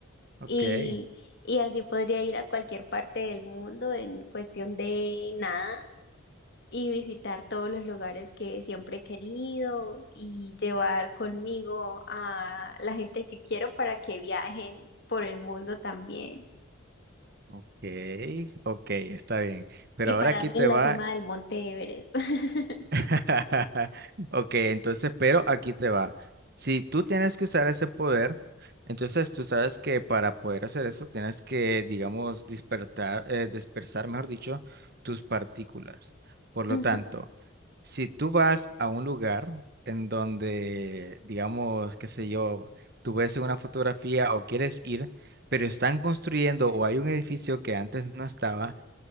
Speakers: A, on the right; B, on the left.
A: Ok.
B: y, y así podría ir a cualquier parte del mundo en cuestión de nada y visitar todos los lugares que siempre he querido y llevar conmigo a la gente que quiero para que viajen por el mundo también
A: Ok, ok, está bien. Pero
B: y pararme
A: ahora aquí te
B: en la
A: va.
B: cima del monte Everest. <laughs>
A: <laughs> Ok, entonces, pero aquí te va. Si tú tienes que usar ese poder, entonces tú sabes que para poder hacer eso tienes que, digamos, despertar, eh, dispersar, mejor dicho, tus partículas. Por lo
B: Ujú.
A: tanto, si tú vas a un lugar en donde, digamos, qué sé yo, tú ves una fotografía o quieres ir, pero están construyendo o hay un edificio que antes no estaba,